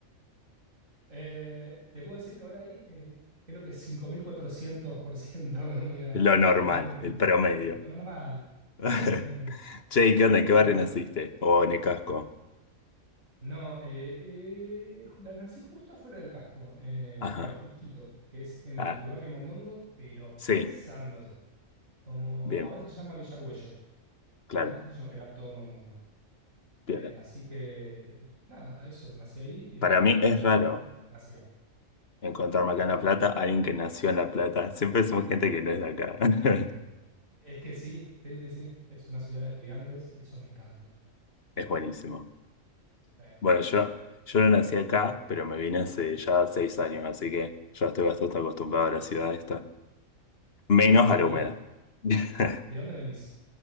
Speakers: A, on the right; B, on the left.
A: Eh, te puedo decir que ahora hay, eh, creo que 5.400% de humedad
B: Lo normal,
A: en este mismo.
B: el promedio.
A: Lo normal.
B: <laughs>
A: Sí, un día común.
B: Che, ¿y ¿qué onda? ¿En qué
A: No,
B: barrio naciste? O en el casco.
A: no, eh, eh, la nací justo afuera del casco, eh,
B: Ajá.
A: pero justito, que es en el
B: Ah,
A: barrio Mondongo, pero
B: sí.
A: pasándose. Como
B: Bien,
A: ahora se llama Villargüello,
B: claro,
A: antes se llam- era todo Mondongo. Eh,
B: bien.
A: así que, nada, eso, nací ahí eh,
B: Para mí
A: y fui,
B: es raro
A: y fui- nací. ahí.
B: encontrarme acá en La Plata a alguien que nació en La Plata. Siempre somos gente que no es de acá. <laughs>
A: Es que sí, sí, sí, sí, es una ciudad de estudiantes y eso me encanta. Eh,
B: Es buenísimo.
A: eh.
B: Bueno, yo, yo no nací acá, pero me vine hace ya seis años, así que ya estoy bastante acostumbrado a la ciudad esta. Menos
A: ¿Y
B: a la humedad. <laughs>
A: de dónde venís?